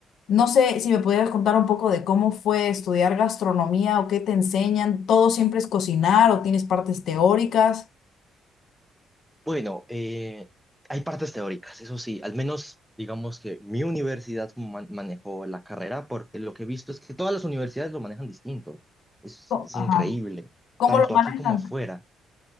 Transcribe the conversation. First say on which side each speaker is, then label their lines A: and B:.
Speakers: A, on the left (about 70°); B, in the centre.
A: no sé si me pudieras contar un poco de cómo fue estudiar gastronomía o qué te enseñan. ¿Todo siempre es cocinar o tienes partes teóricas?
B: Bueno, eh, hay partes teóricas, eso sí, al menos digamos que mi universidad man- manejó la carrera, porque lo que he visto es que todas las universidades lo manejan distinto. Es,
A: Co-
B: es
A: Ajá.
B: increíble,
A: ¿Cómo
B: tanto
A: lo manejan?
B: aquí como afuera.